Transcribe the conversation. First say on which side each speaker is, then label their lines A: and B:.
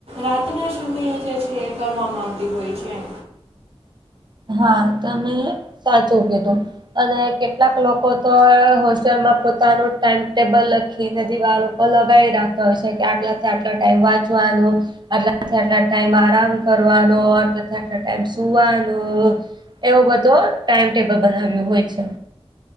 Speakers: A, on the right; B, on the right.
A: રાતના જે છે એ કરવામાં આવતી હોય છે.
B: હા તમે સાચો કેધું. અને કેટલાક લોકો તો હોસ્ટેલમાં પોતાનું ટાઈમ ટેબલ લખી નથી વારો લગાવી રાખતા હોય છે કે આટલાથી આટલા ટાઈમ વાંચવાનું. આટલાથી આટલા ટાઈમ આરામ કરવાનો આટલાથી આટલો ટાઈમ સુવાનો. એવો બધો ટાઈમ ટેબલ બનાવ્યું હોય છે.